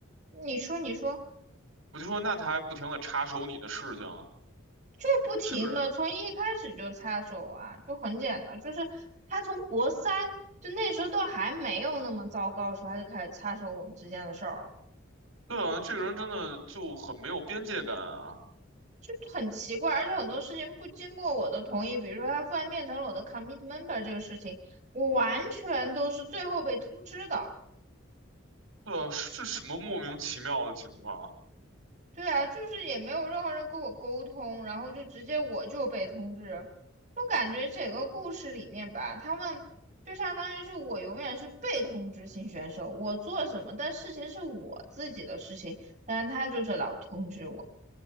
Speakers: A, on the right; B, on the right.
A: 你说你说，
B: 我就说那他还不停的插手你的事情，
A: 就不停的从一开始就插手啊，
B: 这个人，
A: 就很简单，就是他从博三就那时候都还没有那么糟糕的时候，他就开始插手我们之间的事儿了，
B: 对啊，这个人真的就很没有边界感啊，
A: 就很奇怪，而且很多事情不经过我的同意，比如说他突然变成了我的 commit member 这个事情，我完全都是最后被通知的。
B: 对啊，是这什么莫名其妙的情况
A: 对啊，就是也没有任何人跟我沟通，然后就直接我就被通知。我感觉整个故事里面吧，他们就相当于是我永远是被通知型选手，我做什么，但事情是我自己的事情，但是他就是老通知我，